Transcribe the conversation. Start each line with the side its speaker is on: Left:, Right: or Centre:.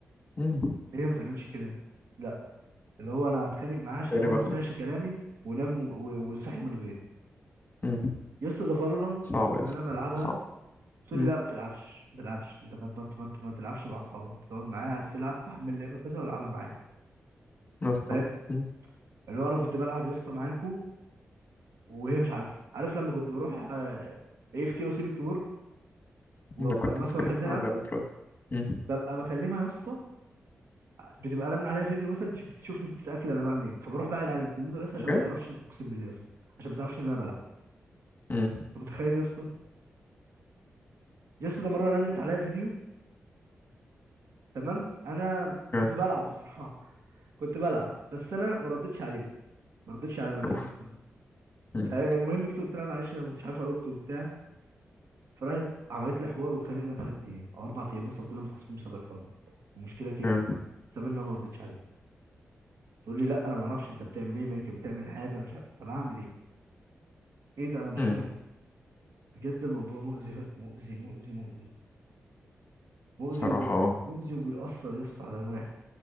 Left: مم.
Right: ليه ما تعملش كده لا اللي هو انا هتخانق معاه عشان
Left: يعني
Right: هو
Left: بخنق
Right: ما سمعش كلامي ونام و- و- وصحي من غيري
Left: مم.
Right: يا اسطى ده فالورانت
Left: صعب
Right: اللي
Left: يا اسطى
Right: انا بلعبها
Left: صعب
Right: تقول
Left: مم.
Right: لي لا ما تلعبش ما تلعبش انت ما ما ما- ما تلعبش مع اصحابك انت تقعد معايا عايز تلعب تحمل لعبه كذا والعبها معايا
Left: يا اسطى
Right: فاهم
Left: مم.
Right: اللي هو انا كنت بلعب يا اسطى معاكو وهي مش عارفه عارف لما كنت بروح اي اف كي واسيب الكيبورد وابقى
Left: انا كنت
Right: مثلا
Left: بتكلم
Right: واحنا بنلعب
Left: ولا بترد مم.
Right: ببقى بكلمها يا اسطى بتبقى رن عليا فيديو مثلا تش- تشوفني بتتاكد انا بعمل ايه فبروح بعد على الكمبيوتر لسه عشان
Left: بجد
Right: ما تعرفش اقسم بالله يا اسطى عشان ما تعرفش ان انا بلعب
Left: مم.
Right: انت متخيل يا اسطى يا اسطى ده مره رنت عليا فيديو تمام انا
Left: آه،
Right: كنت بلعب بصراحه <laughs> كنت بلعب بس انا ما ردتش عليه ما ردتش على الفيديو
Left: اوف
Right: كله
Left: مم.
Right: فالمهم جيت قلت لها معلش انا ما كنتش عارف ارد وبتاع فراحت عملت لي حوار واتخانقنا ثلاث ايام او اربع ايام مثلا فضلنا متعصبين بسبب الحوار ده المشكله كبرت
Left: آه،
Right: بسبب ان انا ما ردتش عليها تقول لي لا انا ما اعرفش انت بتعمل ايه ما يمكن بتعمل حاجه مش عارف طب اعمل ايه ايه ده انا مش
Left: مم.
Right: فاهم بجد الموضوع مؤذي مؤذي مؤذي مؤذي مؤذي
Left: صراحة
Right: وبي...
Left: اه
Right: مؤذي وبيأثر يا اسطى على الواحد